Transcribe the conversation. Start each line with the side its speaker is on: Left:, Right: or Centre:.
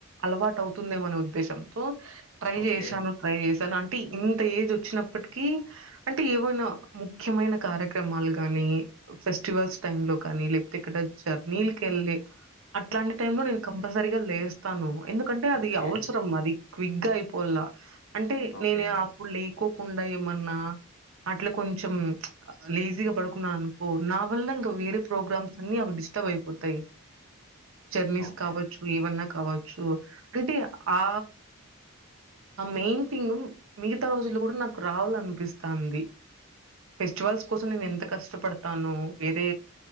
Right: అలవాటు అవుతుంది ఏమో అనే ఉద్దేశంతో ట్రై
Left: ఓకే
Right: చేశాను ట్రై చే తన అంటే ఇంత ఏజ్ వచ్చినప్పటికి అంటే ఏవైనా ముఖ్యమైన కార్యక్రమాలు గాని ని ఫెస్టివల్స్ టైం లో కానీ లేకపోతే ఇక్కడ జర్నీలు కెళ్ళి అట్లాంటి టై లో నేను క సరిగా లేస్తాను ఎందుకంటే అది
Left: ఓకే
Right: అవసరం అది క్విక్గా అయిపోల్లా అంటే
Left: ఓకే
Right: నేనే అప్పుడు లేకోకుండా ఏమన్నా అట్లా కొంచెం లేజీగా పడుకున్నా అనుకో నా వల్ల ఇంకా వేరే ప్రోగ్రామ్స్ అన్ని అవి డి టార్బ్ ఇష్టమైపోతాయి జర్నీస్
Left: ఓకే
Right: కావచ్ ఏవన్నా కావచ్చు అంటే ఆ ఆ మెయిన్ థింగ్ మిగతా రోజుల్లో కూడా నాకు రావాలనిపిస్తాంది ఫెస్టివల్స్ కోసం నేను ఎంత కష్టపడతానో వేరే